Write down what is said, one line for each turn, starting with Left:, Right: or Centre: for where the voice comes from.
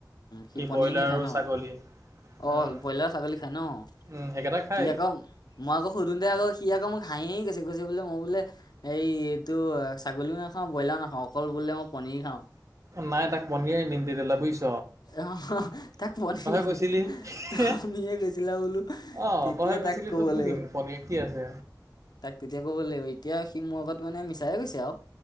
Left: সি পনীৰহে
Right: ব্ৰইলাৰ
Left: খায়
Right: আৰু
Left: ন
Right: ছাগলী
Left: অঁ
Right: উম,
Left: ব্ৰইলাৰ ছাগলী খায় ন'
Right: উম, সেইকেইটা খায়
Left: সি আকৌ মই আকৌ সুধোটে টে আকৌ সি আকৌ মোক হাঁহ কৈছে কৈছে বোলে মই বোলে এইটো ছাগলীও নাখাওঁ, ব্ৰইলাৰ নাখাওঁ, অকল বোলে মই পণী পণীৰ খাওঁ।
Right: নাই তাক বনিয়াই নি দি দিলে বুইছ
Left: আহ তাক পণীয়ে
Right: কৈছিলি
Left: তুমিয়ে কৈছিলা বোলোঁ ঠিক
Right: অ
Left: তেতিয়া
Right: তই কৈছিলি
Left: তাক ক'ব
Right: তোক দি
Left: লাগিব,
Right: দিম পনীৰ কি আছে
Left: তাক তেতিয়া ক'ব লাগিব এতিয়া এতিয়া সি মোৰ আগত মানে মিছাইে কৈছে আৰু